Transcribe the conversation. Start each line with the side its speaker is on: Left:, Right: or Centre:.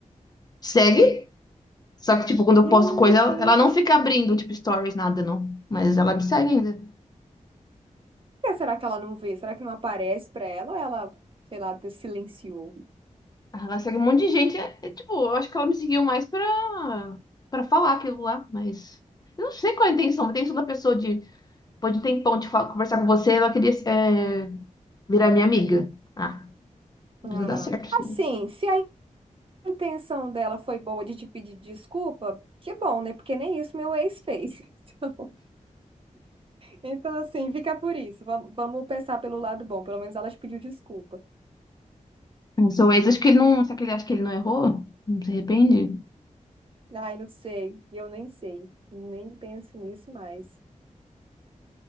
Left: Segue. Só que, tipo, quando eu posto
Right: Ai,
Left: coisa,
Right: gente.
Left: ela ela não fica abrindo, tipo, stories, nada, não. Mas ela me segue ainda.
Right: Por que será que ela não vê? Será que não aparece pra ela? Ou ela, sei lá, silenciou?
Left: Ela segue um monte de gente. É, é, tipo, eu acho que ela me seguiu mais pra, pra falar aquilo lá. Mas eu não sei qual é a intenção. A intenção da pessoa de Depois de um tempão de falar, conversar com você, ela queria é, virar minha amiga. Ah,
Right: Ah,
Left: isso não dá certo. isso
Right: assim,
Left: não.
Right: se a intenção dela foi boa de te pedir desculpa, que bom, né? Porque nem isso meu ex fez. <laughs> Então, então, assim, fica por isso. Vamos, vamos pensar pelo lado bom. Pelo menos ela te pediu desculpa.
Left: O seu ex, acho que ele não. Será que ele acha que ele não errou? Não se arrepende?
Right: Ai, não sei. Eu nem sei. Nem penso nisso mais.